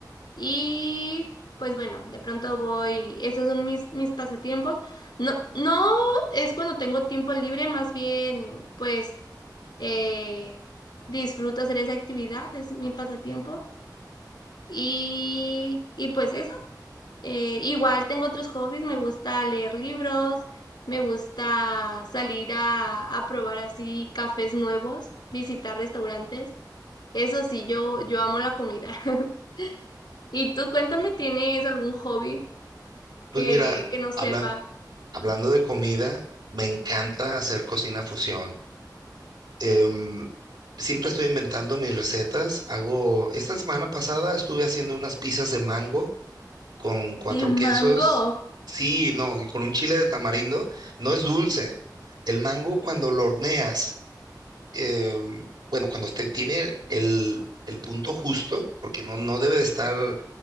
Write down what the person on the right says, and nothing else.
Pues mira,
hablan- hablando de comida, me encanta hacer cocina fusión. Em, siempre estoy inventando mis recetas. Hago, esta semana pasada estuve haciendo unas pizzas de mango con cuatro
quesos. Sí, no, y con un chile de tamarindo. No es dulce. El mango cuando lo horneas, eh, bueno, cuando este- tiene el, el punto justo, porque no, no debe de estar